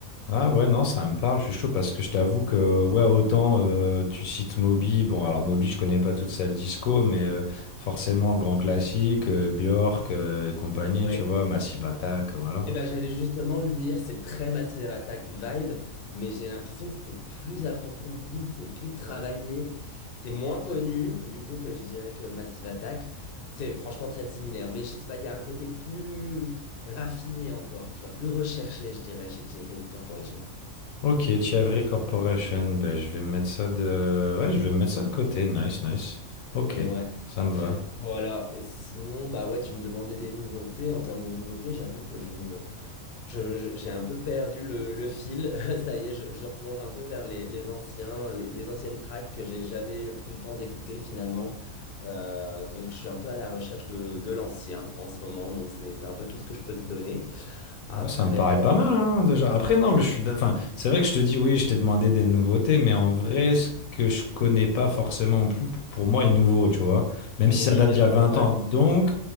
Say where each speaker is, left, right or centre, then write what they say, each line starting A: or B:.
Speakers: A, on the left; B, on the left.
A: Ah ouais, non, ça me parle, je suis chaud parce que je t'avoue que, ouais, autant euh, tu cites Moby, bon, alors Moby, je connais pas toute sa disco, mais euh, forcément, grand classique, euh, Björk euh, et compagnie,
B: Ouais,
A: tu vois, Massive Attack, euh, voilà.
B: Eh ben, j'allais justement le dire, c'est très Massive Attack vibe, mais j'ai l'impression que c'est plus approfondi, c'est plus travaillé, c'est moins connu, du coup, que je dirais que Massive Attack. C'est franchement très similaire, mais je sais pas, il y a un côté plus raffiné encore, tu vois, plus recherché, je dirais, chez Thierry Corporation.
A: Ok, Chiavri Corporation, ben je vais mettre ça de... Ouais, je vais mettre ça de côté, nice, nice. Ok,
B: Ouais,
A: ça me va.
B: voilà. Et sinon, bah ouais, tu me demandais des nouveautés. En termes de nouveautés, j'avoue que je me, Je- je- j'ai un peu perdu le, le fil. <laughs> Ça y est, je, je replonge un peu vers les, les anciens, les, les anciennes tracks que j'ai jamais pris le temps d'écouter finalement. Euh, donc je suis un peu à la recherche de, de l'ancien en ce moment. Donc c'est, c'est un peu tout ce que je peux te donner. Après,
A: Moi, ça me paraît pas mal, hein, déjà. Après, non, mais je suis. d'a- Enfin, c'est vrai que je te dis, oui, je t'ai demandé des nouveautés, mais en vrai, ce que je connais pas forcément non plus, p- pour moi, est nouveau, tu vois. Même si
B: oui,
A: ça date
B: bien
A: d'il y a
B: sûr,
A: 20
B: voilà.
A: ans. Donc,